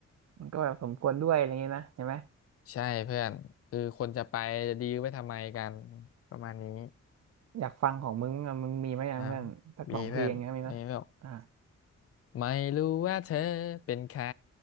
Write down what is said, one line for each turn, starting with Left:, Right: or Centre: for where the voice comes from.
Right: มันก็แบบสมควรด้วยอะไรเงี้ยนะใช่ไหม
Left: ใช่เพื่อนคือคนจะไปจะดีลไว้ทำไมกันประมาณนี้
Right: อยากฟังของมึงอะมึงมีไหมอะเพื่อนสักสองเพลงเงี้ยมีไหมยอ่า
Left: อ่ามีเพื่อนนี่แบอกไม่รู้ว่าเธอเป็นใคร